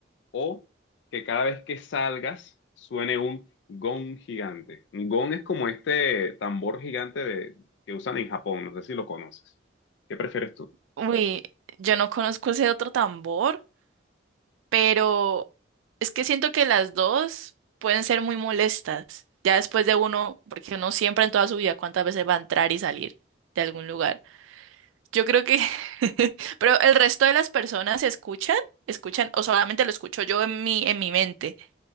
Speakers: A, on the left (about 65°); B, on the right (about 85°).
A: o que cada vez que salgas suene un gong gigante? Un gong es como este tambor gigante de- que usan en Japón, no sé si lo conoces. ¿Qué prefieres tú?
B: Uy, yo no conozco ese otro tambor, pero es que siento que las dos pueden ser muy molestas, ya después de uno, porque uno siempre en toda su vida cuántas veces va a entrar y salir de algún lugar. Yo creo que, <laughs> pero el resto de las personas escuchan, escuchan, o solamente lo escucho yo en mi, en mi mente,